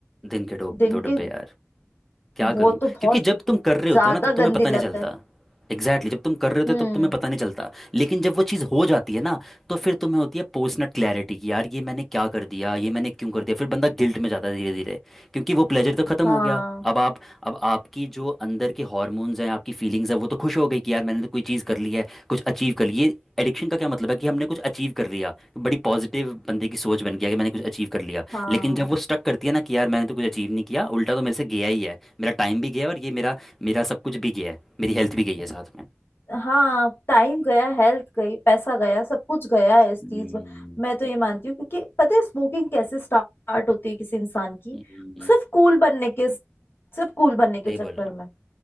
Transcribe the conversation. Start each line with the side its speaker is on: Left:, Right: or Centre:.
Centre: दिन के दो दो
Left: दिन
Centre: डब्बे
Left: के
Centre: यार क्या करूं
Left: वो तो बहुत
Centre: क्योंकि जब तुम कर रहे होते
Left: ज्यादा
Centre: हो ना तब तुम्हें
Left: गंदी
Centre: पता
Left: लत
Centre: नहीं चलता
Left: है
Centre: एग्जैक्टली exactly, जब तुम कर रहे होते
Left: हम्म
Centre: हो तब तुम्हें पता नहीं चलता लेकिन जब वो चीज़ हो जाती है ना तो फिर तुम्हें होती है पोस्ट नट क्लैरिटी कि यार ये मैंने क्या कर दिया ये मैंने क्यों कर दिया फिर बंदा गिल्ट में जाता है धीरे धीरे क्योंकि वो प्लेजर तो खत्म
Left: हाँ
Centre: हो गया अब आप अब आपकी जो अंदर के हॉर्मोन्स हैं आपकी फीलिंग्स हैं वो तो खुश हो गई कि यार मैंने तो कोई चीज़ कर ली है कुछ अचीव कर ली ये एडिक्शन का क्या मतलब है कि हमने कुछ अचीव कर लिया बड़ी पॉजिटिव बंदे की सोच बन गया कि मैंने कुछ अचीव कर लिया
Left: हाँ
Centre: लेकिन जब वो स्टक करती है ना कि यार मैंने तो कुछ अचीव नहीं किया उल्टा तो मेरे से गया ही है मेरा टाइम भी गया और ये मेरा मेरा सब कुछ भी गया है मेरी हेल्थ भी गई है साथ में
Left: हाँ टाइम गया हेल्थ गई पैसा गया सब कुछ गया है इस
Centre: हम्म,
Left: चीज में मैं तो ये मानती हूँ क्योंकि पता है स्मोकिंग कैसे स्टार्ट होती है किसी इंसान की
Centre: हम्म,
Left: सिर्फ कूल बनने के सिर्फ कूल बनने के
Centre: सही
Left: चक्कर
Centre: बोला
Left: में